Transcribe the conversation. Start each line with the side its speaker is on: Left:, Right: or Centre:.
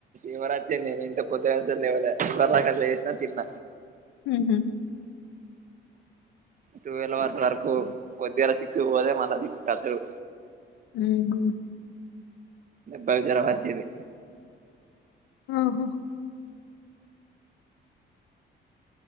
Right: ఇవరాత్తినే నేను ఇంత పొద్దు గాంచే లేవలే ఇందాక కాత లేసిన తిన్న
Left: హ్మ్ హు
Right: టువల్ అవర్స్ వరకు పొద్దు గలా సిక్స్ పోదే మళ్ళా సిక్స్ కత్తర్
Left: హ్మ్ హు
Right: పద్ జరం వచ్చింది
Left: ఆహా